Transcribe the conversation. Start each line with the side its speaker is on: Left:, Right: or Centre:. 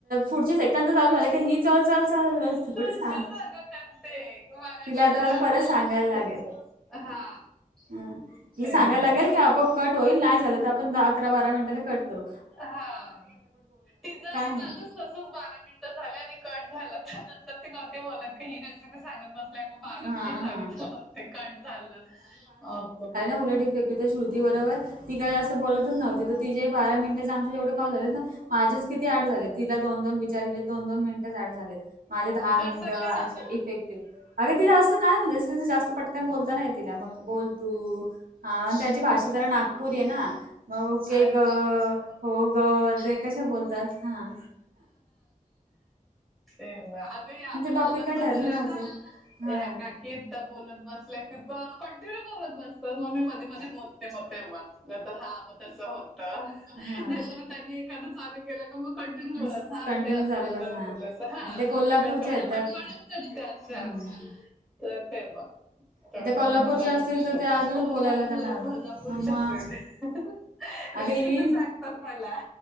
Right: पुढचे सेकंड तरं चालूं झाले कां ही चलं चलं चांल वांत
Centre: तशीच
Right: कुंठे सल
Centre: अगं करते मगाशी
Right: तिलां आंता
Centre: पण
Right: मलां परंत सांगायला लागेल
Centre: तसच हा
Right: हंला
Centre: तेच
Right: सांगायला
Centre: ना.
Right: लागेल की आपोआप कंट होईल नाहीं झालं तरं आपणं अकरा बारा मिनिटांला कंट करूं
Centre: हां तिचं आणि
Right: नाही.
Centre: माझंच तसंच बारा मिनिटं झालं आणि कंट झालं त्यानंतर ति नं ते बोलला की ही रे सांगत बसल्या अं बारा
Right: हां
Centre: मिनिटं झालं
Right: हां.
Centre: ते कंट झालं अं
Right: फूलं र् इफेक्ट श्रुती बरोबर ती कायं जास्तं बोलतचं नव्हं ते तरं ति जाही बारा मिनिटांचे आमच्या जेवढे खाऊं झालेत नां माझेच किती ऍड झाले तिलां दोन दोन बिचारीले दोन दोन मिनटांच ऍड झालेत माझ्यां दहा
Centre: कसं
Right: मिनिटं
Centre: का
Right: असे इफेक्टिव्ह अगं ती जास्तं नाहीं म्हणजे जास्तं पटंकन बोलतां नाहीं तिलां मंग बोलंतूं हां त्यांची भाषा जरां नागपूरी आहे नां मगं ओके
Centre: अच्छा
Right: एक गं हो गं रे कशे बोलतांत हां
Centre: तेव्हां अगं आंता
Right: टॉपिक
Centre: बोलतं
Right: काय
Centre: बसल्यां
Right: ठरले नव्हते
Centre: नां
Right: हा
Centre: यां काकी एकतां बोलतं बसल्यां की कंटिन्यूं बोलतं बसं त्यां तरं मंग मी मध्यें मध्यें बोलते मंग तेव्हां जे हां मंग तसं होतं
Right: हा
Centre: नाहीतर मग त्यांनी एखाद्या चालूं केलं मंग कंडनी बोलां
Right: कंटिन्यू
Centre: हां मंग ते असं
Right: चालू
Centre: होतं
Right: कर
Centre: होतं
Right: हा
Centre: तसं हां
Right: आणि ते कोल्हापूरच्या
Centre: प पटबण
Right: येतात.
Centre: सत्यांशा
Right: हम्म
Centre: तरं तेव्हां तरंता
Right: आणि त्या कोल्हापूरच्या
Centre: मी मुलांला
Right: असतील
Centre: विचारतं
Right: तर ते अजूनच
Centre: कोल्हांपूर
Right: बोलायला त्यांना आवड
Centre: कोल्हांपूरच्यांच
Right: मग
Centre: आहे
Right: अगं
Centre: रेसिपी
Right: ही
Centre: सांगतांत मलां